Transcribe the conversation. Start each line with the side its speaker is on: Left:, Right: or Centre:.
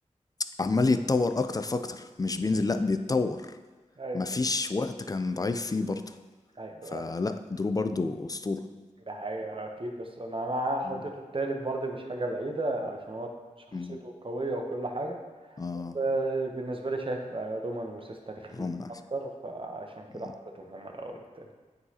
Left: عمال يتطور اكتر فاكتر مش بينزل لا بيتطور
Right: أيوه
Left: مفيش وقت كان ضعيف فيه برضو
Right: أيوه
Left: فلا درو برضو أسطورة
Right: ده حقيقة أكيد بس أنا أنا حطيته
Left: آه.
Right: التالت برضه مش حاجة بعيدة علشان هو شخصيته
Left: مم.
Right: قوية وكل حاجة
Left: اه
Right: بس آه، بالنسبة لي شايف آه، رومان وسيس تاريخيين
Left: رومان احسن
Right: أكتر فعشان كده
Left: مم.
Right: حطيتهم هما الأول والتاني